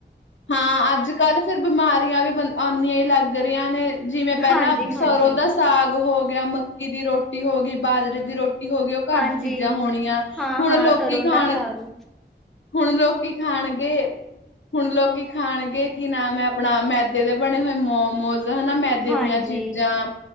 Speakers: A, on the left; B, in the centre.
A: ਹਾਂ ਅੱਜਕੱਲ ਫਿਰ ਬਿਮਾਰੀਆਂ ਵੀ ਆਉਂਨੀਆਂ ਈ ਲੱਗ ਰਹੀਆਂ ਨੇ। ਜਿਵੇਂ ਪਹਿਲਾਂ
B: ਹਾਂਜੀ-ਹਾਂਜੀ,
A: ਸਰ੍ਹੋਂ ਦਾ ਸਾਗ ਹੋ ਗਿਆ, ਮੱਕੀ ਦੀ ਰੋਟੀ ਹੋ ਗਈ, ਬਾਜਰੇ ਦੀ ਰੋ ਟੀ ਹੋ ਗਈ ਉਹ ਘਰ
B: ਹਾਂਜੀ
A: ਦੀ ਚੀਜ਼ਾਂ ਹੋਣੀਆਂ,
B: ਹਾਂ-ਹਾਂ
A: ਹੁਣ ਲੋਕੀ
B: ਸਰੋਂ
A: ਖਾਣ
B: ਦਾ ਸਾਗ
A: ਹੁਣ ਲੋਕੀ ਖਾਣਗੇ- ਹੁਣ ਲੋਕ ਖਾਣਗੇ ਕੀ ਨਾਮ ਹੈ ਆਪਣਾ ਮੈਦੇ ਦੇ ਬਣੇ ਹੋਏ ਮੋਮੋਜ। ਹਨਾ ਮੈਦੇ
B: ਹਾਂਜੀ-ਹਾਂਜੀ।
A: ਦੀਆਂ ਚੀਜ਼ਾਂ,